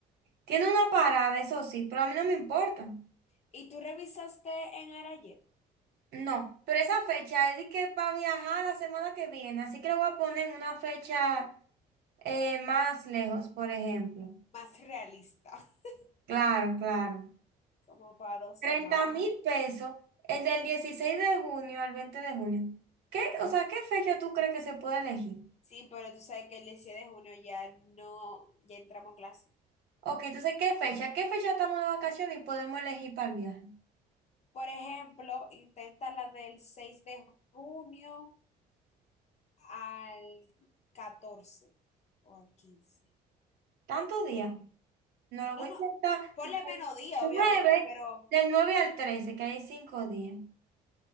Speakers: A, on the right; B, on the left.
A: tiene una parada, eso sí, pero a mí no me importa.
B: ¿Y tú revisaste en Arayet?
A: No, pero esa fecha es de que para viajar la semana que viene, así que lo voy a poner en una fecha eh, más lejos, por ejemplo.
B: Más realista, <laughs>
A: Claro, claro.
B: como para dos
A: Treinta
B: semanas.
A: mil pesos, el del 16 de junio al 20 de junio. ¿Qué? O sea, ¿qué fecha tú crees que se puede elegir?
B: Sí, pero tú sabes que el dieciséis de junio ya no, ya entramos a clase.
A: Ok, entonces, ¿qué fecha? ¿Qué fecha estamos de vacaciones y podemos elegir para el viaje?
B: Por ejemplo, intenta la del 6 de junio al 14 o al quince
A: ¿Tantos días? No lo voy
B: No, no,
A: a intentar.
B: ponle
A: Del
B: menos día, obviamente,
A: 9,
B: pero
A: del 9 al 13, que hay 5 días.